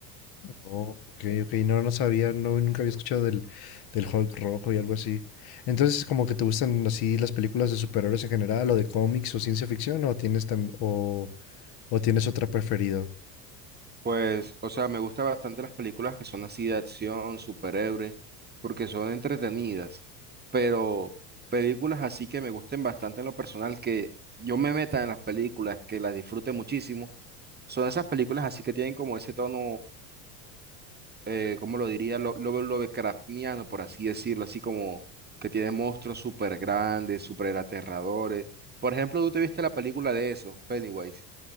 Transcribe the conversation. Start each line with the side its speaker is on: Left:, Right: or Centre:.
Left: Oh, ok, ok, no, no sabía, no, nunca había escuchado del, del Hulk rojo y algo así. Entonces, como que te gustan así las películas de superhéroes en general, o de cómics, o ciencia ficción, o tienes tam- o, o tienes otra preferida.
Right: Pues, o sea, me gustan bastante las películas que son así de acción, superhéroes, porque son entretenidas, pero películas así que me gusten bastante en lo personal, que yo me meta en las películas, que las disfrute muchísimo, son esas películas así que tienen como ese tono, eh, ¿cómo lo diría? Lo, lo, Lovecraftiano, por así decirlo, así como que tiene monstruos súper grandes, súper aterradores. Por ejemplo, ¿tú te viste la película de eso, Pennywise?